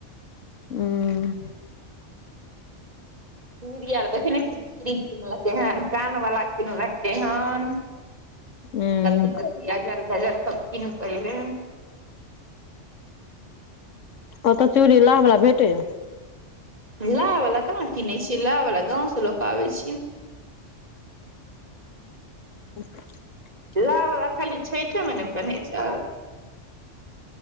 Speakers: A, on the left (about 85°); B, on the right (about 35°).
A: उंम्म
B: <unintelligible> देखे नै छीयै चूड़ी किनलकै हन कान बला किनलकै हन।
A: उंम्म
B: कथी कथी अजर गजर सब कीनके एलै।
A: ओतऽ चूड़ी लाह बला भेटे यऽ।
B: लाह वला कहाँ किने छीयै लाह वला गाँव से लऽ कऽ आबै छियै।
A: <inaudible>
B: लाह बला खाली छैठे मे नै पैनहे छैय।